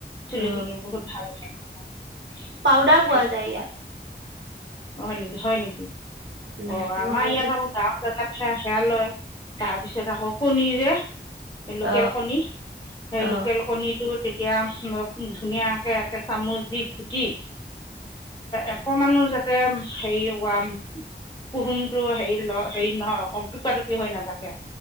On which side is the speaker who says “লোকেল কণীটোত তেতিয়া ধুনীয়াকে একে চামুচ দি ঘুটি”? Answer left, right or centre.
Left